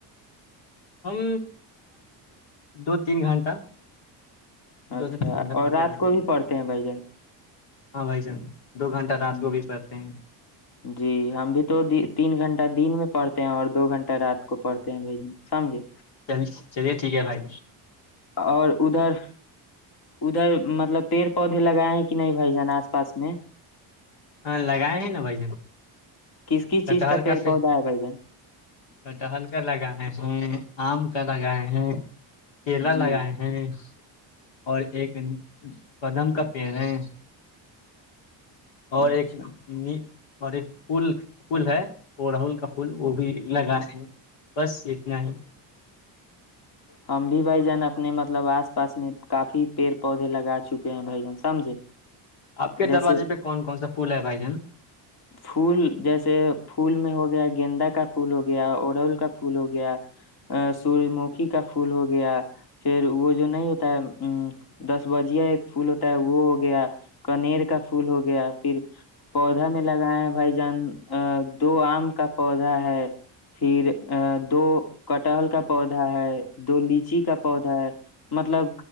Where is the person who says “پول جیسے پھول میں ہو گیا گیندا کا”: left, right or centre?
Left